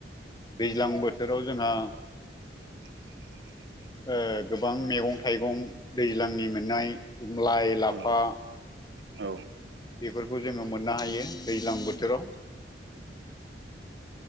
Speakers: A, on the left; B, on the right.
A: दैज्लां बोथोराव जोंहा
B: <unintelligible>
A: ओ गोबां मैगं थाइगं दैज्लांनि मोननाय लाइ लाफा
B: औ औ औ
A: बेफोरखौ जोङो मोननो हायो दैज्लां बोथोराव <inaudible>